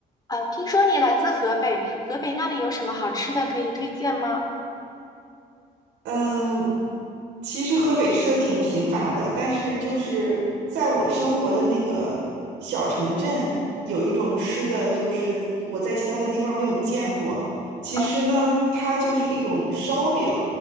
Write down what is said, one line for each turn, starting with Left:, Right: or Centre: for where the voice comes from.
Left: 啊，听说你来自河北，河北那里有什么好吃的可以推荐吗？
Right: 嗯，其实河北吃的挺贫乏的，但是就是在我生活的那个小城镇，有一种吃的，就是我在其他的地方没有见过。其实呢，
Left: 嗯
Right: 它就是一种烧饼。